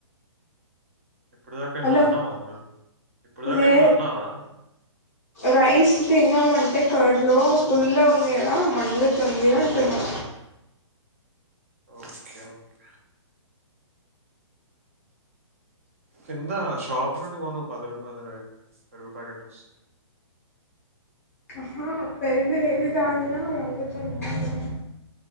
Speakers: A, on the right; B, on the left.
A: ఇప్పుడు దాకా ఏమైనా
B: హలో
A: అన్నావా అ మ ఇప్పుడు దాకా
B: లే
A: ఏమైనా అన్నావా
B: రైస్ తిన్నామంటే కడులో పుల్ల ఉందిదా మండుతుంది అంటున్నా
A: ఓకే ఓకే కింద షాప్ నుండి పోను పదరుపాది పెరుగు ప్యాకెట్ వస్తా
B: ఆహా పెరుగు ఏది తాగినా మండుతుంది అంటున్న